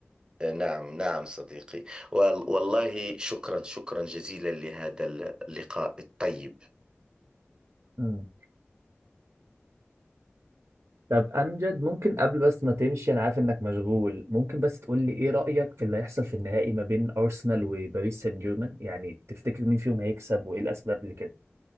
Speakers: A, on the right; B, on the right.
A: نعم نعم صديقي وال- والله شكرا شكرا جزيلا لهذا اللقاء الطيب
B: مم. طب امجد ممكن قبل بس ما تمشي انا عارف انك مشغول ممكن بس تقول لي ايه رايك في اللي هيحصل في النهائي ما بين ارسنال وباريس سان جيرمان يعني تفتكر مين فيهم هيكسب وايه الاسباب لكده